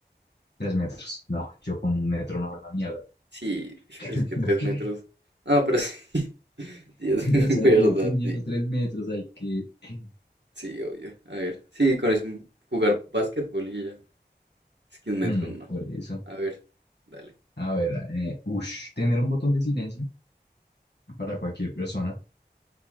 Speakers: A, on the left (about 70°); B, on the right (about 80°).
A: Tres metros. No, yo con un metro no hago una mierda.
B: Sí, <laughs>
A: <laughs>
B: pero es que tres metros. Ah, pero sí. <laughs> Sí, es <laughs>
A: O sea,
B: verdad,
A: tú, tú midiendo
B: sí.
A: tres metros, hay que... <clears throat>
B: Sí, obvio. A ver, sí, con eso mm, jugar básquetbol y ya. Es que un metro
A: Hmm,
B: no.
A: por eso.
B: A ver, dale.
A: A ver, eh, ush, tener un botón de silencio para cualquier persona,